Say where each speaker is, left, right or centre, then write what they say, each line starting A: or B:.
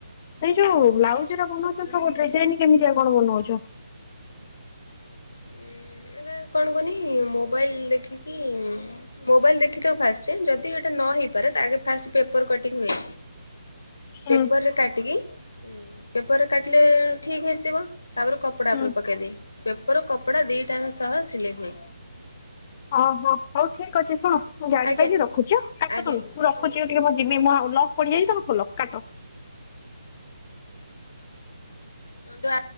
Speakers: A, on the left; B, on the left.
A: ଏଇ ଯୋଉ ବ୍ଲାଉଜଉରା ବନୋଉଚ ସବୁ ଦିଜାଇନ କେମିତିଆ କଣ ବନୋଉଚ?
B: ଉଁ ଏଟା କଣ କହନି ମୋବାଇଲ ଦେଖିକି ମୋବାଇଲ ଦେଖିଦୋବୁ ଫାଷ୍ଟ ଯଦି ଏଟା ନହେଇପାରେ ତା ଆଗେ ଫାଷ୍ଟ ପେପର କଟିଙ୍ଗ ହୁଏ।
A: ହୁଁ
B: ପେପରରେ କାଟିକି ପେପରରେ କାଟିଲେ ଠିକ ଆସିବ। ତାପରେ କପଡ଼ା
A: ହୁଁ।
B: ଉପରେ ପକେଇ ଦେଇ <inaudible> ଉପର କପଡା ଦିଟାଙ୍କ ସହ ସିଲେଇ ହୁଏ।
A: ଓହୋ ହଉ ଠିକ ଅଛି ଶୁଣୁ ମୁଁ ଜାଣିପାଇଲି
B: ଆଜ୍ଞା
A: ରଖୁଚି ଆଂ କାଟ
B: ଆଜ୍ଞା
A: ତମେ ମୁଁ ରଖୁଚି ଟିକେ ମୋ ଜିମି ମୁଁ ଆଉ ଲକ୍ ପଡିଯାଇଚି ତମେ ଖୋଲ କାଟ।
B: ମୁଁ ତ